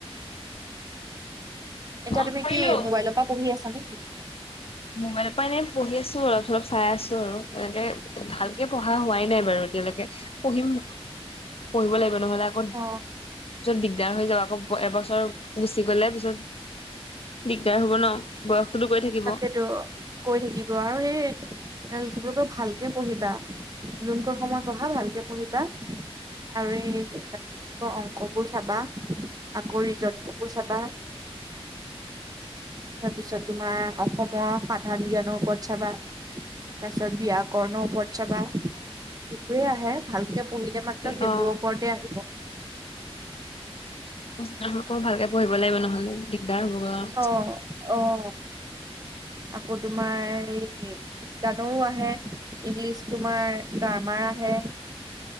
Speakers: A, on the right; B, on the left.
A: এতিয়া
B: অ
A: তুমি
B: কৰিলো
A: কি মোবাইলৰ পৰা পঢ়ি আছা নেকি?
B: মোবাইলৰ পৰা এনেই পঢ়ি আছো অলপ চলপ চাই আছো আৰু এনেকে ভালকে পঢ়া হোৱাই নাই বাৰু এতিয়ালৈকে। পঢ়িম, পঢ়িব লাগিব নহ'লে আকৌ
A: অ
B: পিছত দিগদাৰ হৈ যাব। আকৌ এবছৰ গুচি গ'লে পিছত দিগদাৰ হ'ব ন বয়সটোতো গৈ থাকিব।
A: সিটো গৈ থাকিব আৰু সেই <unintelligible> ভালকে পঢ়িবা। যোনকণ সময় পঢ়া ভালকে পঢ়িবা। আৰু এই তোমাৰ অংকবোৰ চাবা আকৌ ৰিজনিংবোৰ চাবা। তাৰপিছত তোমাৰ অসমৰ সাধাৰণ জ্ঞানৰ ওপৰত চাবা। তাৰপিছত ব্যাকৰণৰ ওপৰত চাবা সেইবোৰে আহে। ভালকে পঢ়িলে
B: অ
A: মাত্ৰ সেইবোৰৰ ওপৰতে আহি
B: <unintelligible> ভালকে পঢ়িব লাগিব নহ'লে দিগদাৰ হ'বগৈ অ'।
A: অ', অ', আকৌ তোমাৰ এই বিজ্ঞানৰো আহে ইংলিছ তোমাৰ গ্ৰামাৰ আহে।